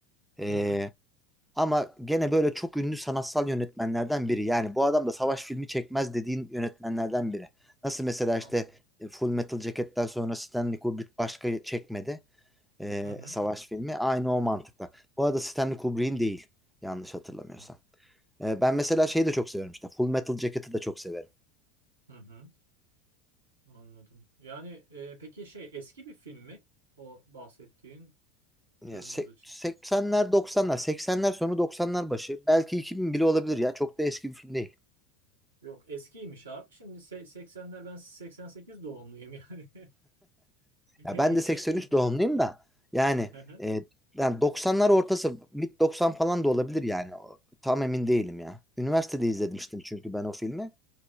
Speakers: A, in the centre; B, on the right.
A: Ee,
B: hı hı
A: ama gene böyle çok ünlü sanatsal yönetmenlerden biri. Yani bu adam da savaş filmi çekmez dediğin yönetmenlerden biri. Nasıl mesela işte
B: anladım.
A: e, Full Metal Jacket'ten sonra Stanley Kubrick başka çekmedi e,
B: Hı hı.
A: savaş filmi. Aynı o mantıkla. Bu arada Stanley Kubrick'in değil yanlış hatırlamıyorsam.
B: hı,
A: Ee,
B: Okey.
A: ben mesela şeyi de çok severim işte. Full Metal Jacket'ı da çok severim.
B: Hı hı anladım. Yani e, peki şey eski bir film mi? O bahsettiğin
A: Ya
B: kırmızı
A: sek-
B: çizgi.
A: 80'ler 90'lar 80'ler sonu 90'lar başı belki 2000 bile olabilir ya çok da eski bir film değil.
B: Yok eskiymiş abi. Şimdi se- 80'ler ben 88 doğumluyum yani. <laughs>
A: Ya ben de
B: Eskiymiş.
A: 83 doğumluyum da yani,
B: Hı hı,
A: e, yani 90'lar ortası mid 90 falan da olabilir yani O- tam emin değilim ya. Üniversitede izlemiştim çünkü ben o filmi